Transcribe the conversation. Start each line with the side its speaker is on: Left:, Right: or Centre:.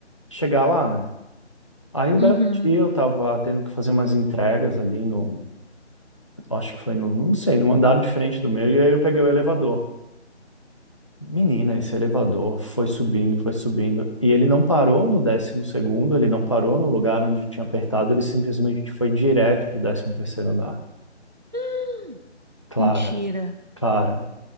Left: chegar lá, né? Aí um
Right: uhum.
Left: belo dia eu tava tendo que fazer umas entregas ali no, acho que foi no, não sei, num andar diferente do meu, e aí eu peguei o elevador. Menina, esse elevador foi subindo, foi subindo, e ele não parou no décimo segundo, ele não parou no lugar onde tinha apertado, ele simplesmente foi direto pro décimo terceiro andar.
Right: Hum,
Left: Clara,
Right: Mentira.
Left: Clara.